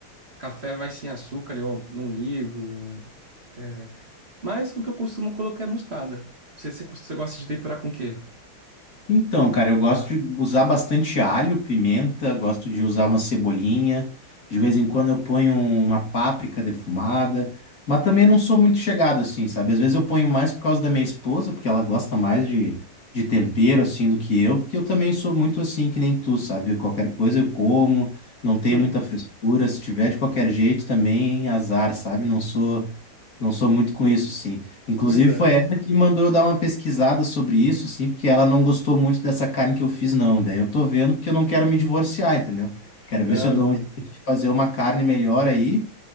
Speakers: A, on the right; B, on the left.
A: Café vai sem açúcar, eu não ligo. É, mas o que eu costumo colocar é mostarda. Você, você, você gosta de temperar com o quê?
B: Então, cara, eu gosto de usar bastante alho, pimenta, gosto de usar uma cebolinha. De vez em quando eu ponho uma páprica defumada, mas também não sou muito chegado assim, sabe? Às vezes eu ponho mais por causa da minha esposa, porque ela gosta mais de, de tempero assim do que eu, porque eu também sou muito assim que nem tu, sabe? Qualquer coisa eu como, não tenho
A: Hum,
B: muita frescura. Se tiver de qualquer jeito também, azar, sabe? Não sou. Não sou muito com isso, sim. Inclusive,
A: pois é.
B: foi ela que mandou eu dar uma pesquisada sobre isso, assim, porque ela não gostou muito dessa carne que eu fiz, não. Daí eu tô vendo porque eu não quero me divorciar, entendeu? Quero
A: Não,
B: ver se eu dou
A: não.
B: um jeito de fazer uma carne melhor aí.